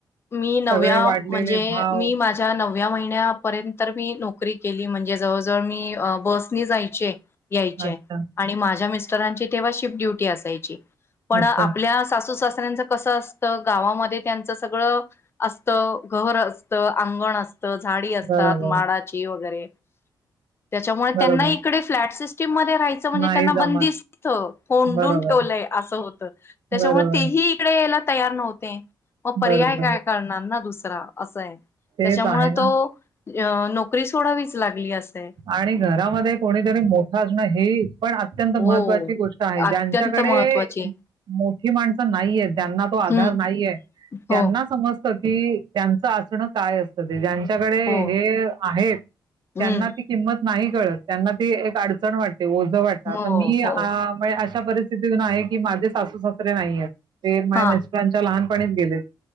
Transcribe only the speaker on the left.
मी नव्या
म्हणजे
मी माझ्या नव व्या महिन्यापर्यंत मी नोकरी केली म्हणजे जवळ जवळ मी बसनी जायचे. यायचेय
आणि माझ्या मिस्टरांची तेव्हा शिफ्ट ड्युटी असायची. पण
आपल्या सासू सासऱ्यांच कसं असतं गावामध्ये त्यांच सगळं असत घर असत अंगण असत. झाडी असतात
माडाची वगैरे त्याच्यामुळे
त्यांना इकडे फ्लॅट सिस्टीम मध्ये म्हणजे
त्यांना
बंदिस्थ कोडून
ठेवलंय असं होत त्याच्यामुळे
तेही इकडे तयार नव्हते मग पर्याय
काय करणार ना दुसरा असं आहे.
त्यांच्यामुळे
तो अ नोकरी सोडावीच लागली असे
हो.
अत्यंत महत्त्वाची
हम्म
हो
हो
हम्म
हो
हो.
हा